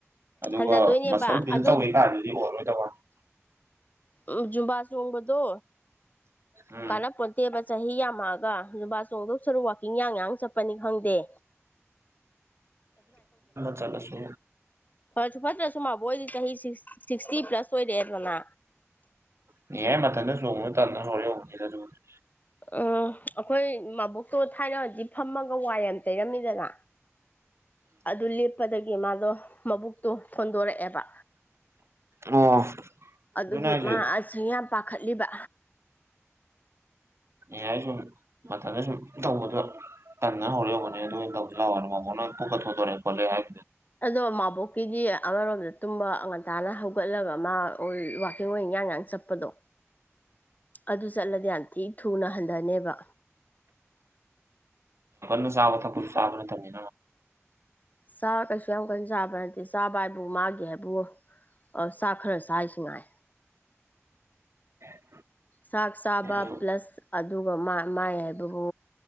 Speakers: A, on the right (about 60°); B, on the left (about 35°).
A: ꯑꯗꯨꯒ
B: ꯍꯟꯖꯗꯣꯏꯅꯦꯕ
A: ꯃꯁꯜ ꯕꯤꯜ
B: ꯑꯗꯣ
A: ꯇꯧꯋꯤ ꯀꯥꯟꯗꯨꯗꯤ ꯑꯣꯏꯔꯣꯏꯗꯕ
B: ꯎꯝ ꯖꯨꯝꯕꯥ ꯆꯣꯡꯕꯗꯣ
A: ꯎꯝ
B: ꯀꯥꯟꯅꯄꯣꯠꯇꯦꯕ ꯆꯍꯤ ꯌꯥꯝꯃꯛꯑꯒ ꯅꯨꯨꯄꯥ ꯆꯣꯡꯊꯣꯛ ꯁꯔꯨꯛ ꯋꯥꯥꯛꯀꯤꯡ ꯌꯥꯡ ꯌꯥꯡ ꯆꯠꯄꯅꯤ ꯈꯪꯗꯦ
A: ꯆꯂ ꯁ
B: ꯐ ꯐꯠꯇ꯭ꯔꯁꯨ ꯃꯥꯕꯨ ꯑꯣꯏꯗꯤ ꯆꯍꯤ ꯁꯤꯛꯁꯇꯤ ꯄ꯭ꯂꯁ ꯑꯣꯏꯔꯦ ꯑꯗꯨꯅ
A: ꯅꯤꯌꯨꯔ ꯃꯇꯝꯗ ꯆꯣꯡ ꯇꯟꯕꯩ ꯍꯧꯔꯤ ꯑꯣꯏꯔꯝꯅꯤ
B: ꯎꯝ ꯑꯩꯈꯣꯏ ꯃꯕꯨꯇꯣ ꯊꯥꯏꯅꯗꯤ ꯐꯝꯃꯒ ꯋꯥꯏ ꯑꯃ ꯇꯩꯔꯝꯃꯤꯗꯅ ꯑꯗꯨ ꯂꯦꯞꯄꯗꯒꯤ ꯃꯥꯗꯣ ꯃꯕꯨꯛꯇꯣ ꯊꯣꯟꯗꯣꯔꯛꯑꯦꯕ
A: ꯎꯝ ꯑꯣ
B: ꯑꯗꯨꯒꯤ
A: ꯑꯗꯨꯅꯦ ꯍꯥꯏꯁꯦ
B: ꯃꯥ ꯑꯁ ꯌꯥꯝ ꯄꯥꯈꯠꯂꯤꯕ
A: ꯌꯥꯥꯏ ꯁꯨꯝ ꯃꯊꯟꯗ ꯁꯨꯝ ꯇꯧꯕꯗꯣ ꯇ ꯅ ꯑꯣꯏꯔꯑꯣꯒꯅꯤ ꯇꯂ ꯋꯥ ꯋꯥꯔꯤꯔ ꯃꯥ ꯀꯅꯕꯨ ꯀꯊꯣ ꯇꯔꯦ ꯐꯣꯌꯦ ꯍꯥꯏ
B: ꯑꯗꯣ ꯃꯕꯣꯛꯀꯤꯗꯤ ꯑꯃꯔꯣꯝꯗ ꯇꯨꯝꯕ ꯉ ꯉꯟꯇꯥꯅ ꯍꯧꯒꯠꯂꯒ ꯃꯥ ꯋꯥꯛꯀꯤꯡ ꯑꯣꯏꯅ ꯉꯥꯡ ꯉꯥꯡ ꯆꯠꯄꯗꯣ ꯑꯗꯨ ꯆꯠꯂꯗꯤ ꯌꯥꯝ ꯊꯤ ꯊꯨꯅ ꯍꯟꯊꯅꯦꯕ
A: ꯅ ꯆꯕ ꯊ ꯄꯨꯁ ꯑꯗꯨꯅ ꯊꯅꯦ
B: ꯆꯥ ꯀꯩꯁꯨ ꯌꯥꯝ ꯀꯟꯅ ꯆꯥꯕ꯭ꯔꯥ ꯅꯠꯇꯦ ꯆꯥꯕ ꯍꯥꯏꯕꯨ ꯃꯥꯒꯦ ꯍꯥꯏꯕꯣ ꯑ ꯆꯥꯛ ꯈꯔ ꯆꯁꯤ ꯉꯥꯏ
A: ꯎꯝ
B: ꯆꯥꯛ ꯆꯥꯕ
A: ꯑꯗꯨ
B: ꯄ꯭ꯂꯁ ꯑꯗꯨꯒ ꯃꯥꯏ ꯍꯥꯏꯕꯕꯨ